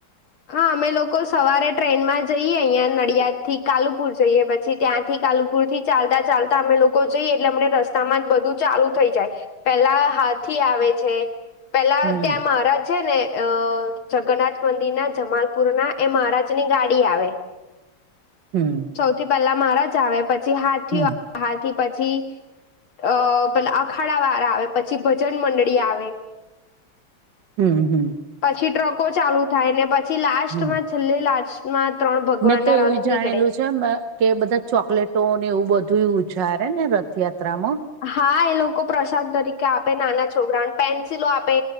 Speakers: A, on the left; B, on the right.
A: હા અમે લોકો સવારે ટ્રેનમાં જઈએ અહં નડિયાદથી કાલુપુર જઈએ પછી ત્યાંથી કાલુપુર થી ચાલતા ચાલતા અમે લોકો લોકો જઈએ એટલે અમને રસ્તામાં જ બધું ચાલુ થઈ જાય પેલા હાથી આવે છે. પેલા
B: હમ
A: ત્યાં મહારાજ છે ને. અ જગન્નાથ મંદિર ના જમાલપુર ના એ મહારાજની ગાડી આવે.
B: હમ્મ.
A: સૌથી પહેલા મારા જ આવે પછી હાથી
B: હમ
A: આવે હાથી પછી અ પેલા અખાડા વાળ આવે પછી ભજન મંડળી આવે.
B: હમ્મ હમ્મ.
A: પછી ટ્રકો ચાલુ થાય ને પછી લાસ્ટ
B: હમ
A: માં છેલ્લે લાસ્ટ માં ત્રણ ભગવાન
B: મેં તો
A: ના
B: એવું
A: રથ
B: જાણેલું
A: નીકળે.
B: કે બધા ચોકલેટો ને એવું બધું ઉછારે ને રથયાત્રામાં.
A: હા એ લોકો પ્રસાદ તરીકે આપે નાના છોકરાને પેન્સિલો આપે